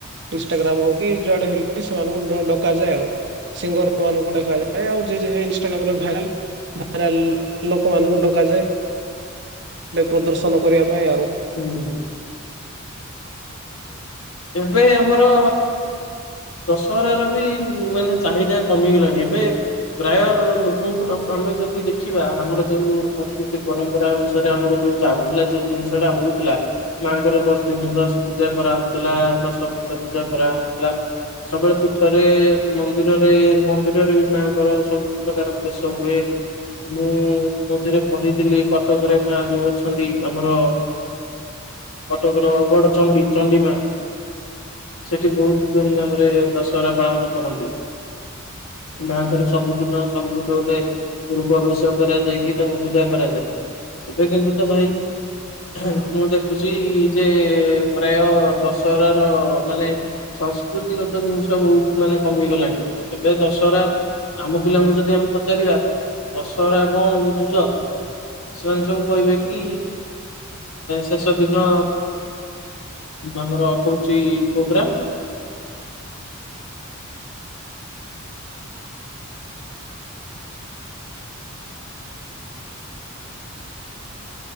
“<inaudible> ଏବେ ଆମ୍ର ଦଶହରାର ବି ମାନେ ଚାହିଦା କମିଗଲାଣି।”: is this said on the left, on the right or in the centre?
Left